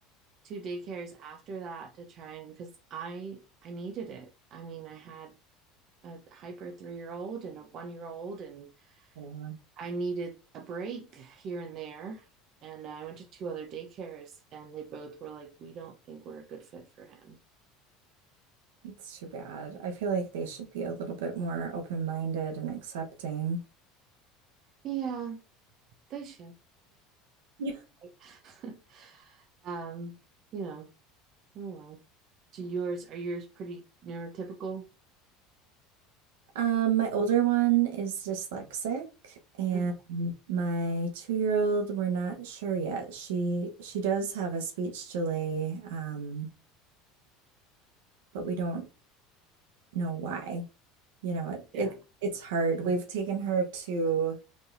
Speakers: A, on the right (about 50°); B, on the right (about 85°).
A: two daycares after that to try and because I I needed it. I mean, I had a hyper three year old and a one year old, and
B: And
A: I needed a break here and there. And I went to two other daycares, and they both were like, "We don't think we're a good fit for him."
B: yeah, it's too bad. I feel like they should be a little bit more open-minded and accepting.
A: Yeah, they should.
B: Yeah.
A: <laughs> um, you know. Oh well. Do yours? Are yours pretty neurotypical?
B: Um, my older one is dyslexic and
A: Oh,
B: my two-year-old, we're not sure yet. She she does have a speech delay, um, but we don't know why. You know, it, it
A: yeah.
B: it's hard. We've taken her to